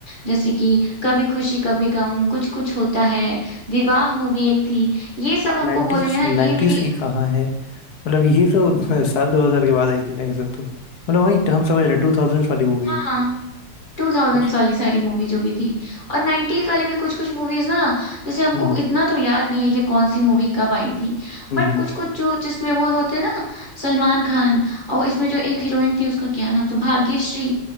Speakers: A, on the left; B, on the left.
A: जैसे कि कभी खुशी कभी गम कुछ कुछ होता है विवाह मूवी एक थी ये सब हमको
B: नाइन्टीज
A: बोलेंगे ना ये मेरी
B: की कहाँ है मतलब ये तो
A: हाँ
B: साल 2000 के बाद आई थी ना ये सब तो मतलब वही हम समझ रहे टू थाउजेंड वाली मूवी
A: हाँ टू थाउजेंड्स
B: अच्छा
A: वाली सारी मूवी जो भी थी और नाइन्टीज वाली भी कुछ कुछ मूवीज ना जैसे हमको
B: हम्म
A: इतना तो याद नहीं है कि कौन सी मूवी कब आई थी
B: हम्म
A: बट
B: हम्म।
A: कुछ कुछ जो जिसमें वो होते ना सलमान खान और इसमें जो एक हीरोइन थी उसका क्या नाम था भाग्यश्री